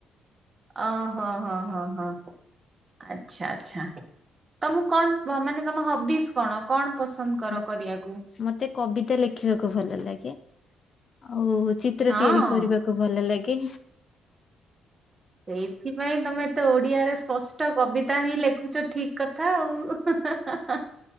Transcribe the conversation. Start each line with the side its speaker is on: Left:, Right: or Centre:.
Right: ଅଁ ହୋ ହଁ ହଁ ହଁ ଆଚ୍ଛା ଆଚ୍ଛା। ତମକୁ କଣ ବ ମାନେ ତମ ହବିଜ୍ କଣ କଣ ପସନ୍ଦ କର
Left: ମ-
Right: କରିବାକୁ।
Left: ମତେ କବିତା ଲେଖିବାକୁ ଭଲ ଲାଗେ ଆଉ ଚିତ୍ର
Right: ହଁ।
Left: ତିଆରି କରିବାକୁ ଭଲ ଲା ଗେ
Right: ସେଇଥିପାଇଁ ତମେ ଏତେ ଓଡିଆରେ ସ୍ପଷ୍ଟ କବିତା ହିଁ ଲେଖୁଛ ଠିକ କଥା ଆଉ